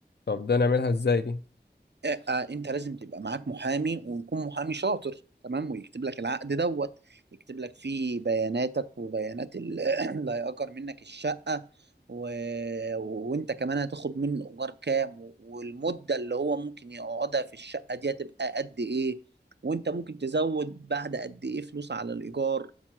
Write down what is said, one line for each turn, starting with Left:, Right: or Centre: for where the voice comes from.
Left: طب ده نعملها إزاي دي
Right: آه، آه، انت لازم تبقى معاك محامي ويكون محامي شاطر تمام ويكتب لك العقد دوت يكتب لك فيه بياناتك وبيانات ال- <clears throat> اللي هيأجر منك الشقة و... وانت كمان هتاخد منه ايجار كام و- والمدة اللي هو ممكن يقعدها في الشقة دي هتبقى قد ايه وانت ممكن تزود بعد قد ايه فلوس على الايجار